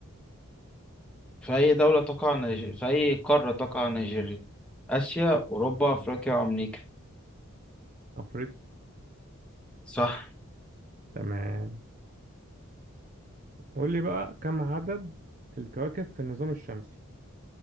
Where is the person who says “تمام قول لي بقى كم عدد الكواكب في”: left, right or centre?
Right